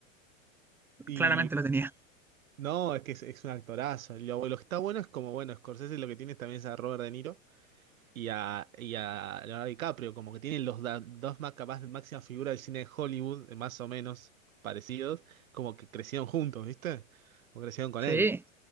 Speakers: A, on the right; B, in the centre.
A: Y
B: Claramente lo tenía.
A: no, es que es, es un actorazo. Y Lo, lo que está bueno es como, bueno, Scorsese lo que tiene también es a Robert De Niro y a, y a Leonardo DiCaprio, como que tienen los da- dos más capaz, máximas figuras del cine de Hollywood, eh, más o menos parecidos, como que crecieron juntos, ¿viste? Como crecieron con
B: Sí,
A: él.